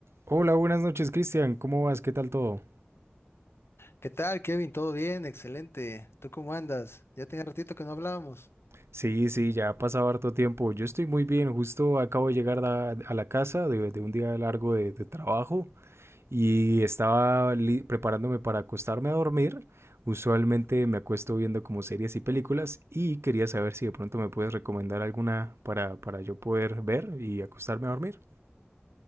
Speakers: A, on the right; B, on the left.
A: Hola, buenas noches, Cristian. ¿Cómo vas? ¿Qué tal todo?
B: ¿Qué tal, Kevin? ¿Todo bien? Excelente. ¿Tú cómo andas? Ya tenía ratito que no hablábamos.
A: Sí, sí, ya ha pasado harto tiempo. Yo estoy muy bien. Justo acabo de llegar a, a la casa de, de un día largo de, de trabajo y estaba li- preparándome para acostarme a dormir. Usualmente me acuesto viendo como series y películas y quería saber si de pronto me puedes recomendar alguna para, para yo poder ver y acostarme a dormir.